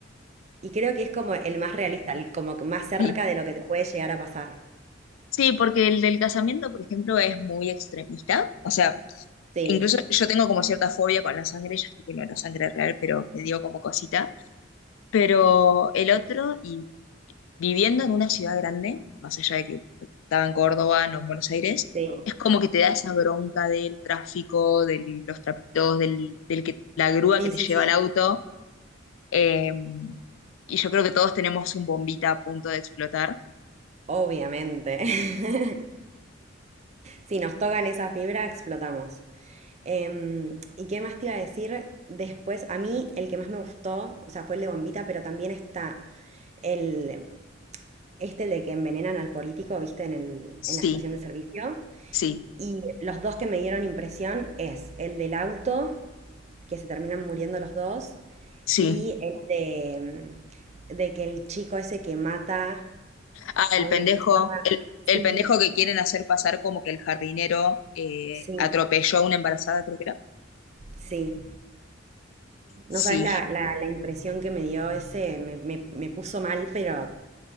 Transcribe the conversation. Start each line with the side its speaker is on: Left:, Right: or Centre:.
Right: Y creo que es como el más realista, el como que más cerca
Left: Sí.
Right: de lo que te puede llegar a pasar.
Left: Sí, porque el del casamiento, por ejemplo, es muy extremista. O sea,
Right: Sí,
Left: Incluso yo tengo como cierta fobia con la sangre, ya sé que no era sangre real, pero me dio como cosita. Pero el otro, y viviendo en una ciudad grande, más allá de que yo estaba en Córdoba, no en Buenos Aires,
Right: sí,
Left: es como que te da esa bronca del tráfico, de los trapitos, del, del que, la grúa
Right: sí,
Left: que te
Right: sí,
Left: lleva
Right: sí.
Left: al auto. eh, y yo creo que todos tenemos un bombita a punto de explotar.
Right: Obviamente. <laughs> Si nos tocan esa fibra, explotamos. Em, ¿y qué más te iba a decir? Después, a mí el que más me gustó, o sea, fue el de Bombita, pero también está el, este el de que envenenan al político, viste, en el, en
Left: Sí,
Right: la estación de servicio.
Left: sí,
Right: Y los dos que me dieron impresión es el del auto, que se terminan muriendo los dos,
Left: sí.
Right: y el de, mm, de que el chico ese que mata
Left: Ah, el
Right: a una
Left: pendejo,
Right: persona.
Left: el,
Right: Sí,
Left: el pendejo que quieren hacer pasar como que el jardinero eh,
Right: sí,
Left: atropelló a una embarazada, creo que era.
Right: sí.
Left: Sí,
Right: No sabes la, la, la impresión que me dio ese, me, me- me puso mal, pero